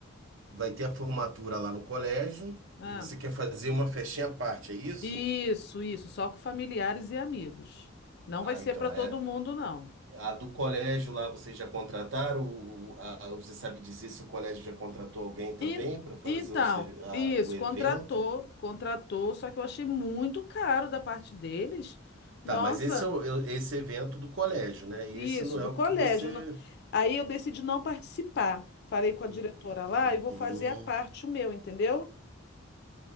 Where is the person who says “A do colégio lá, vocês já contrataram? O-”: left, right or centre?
Right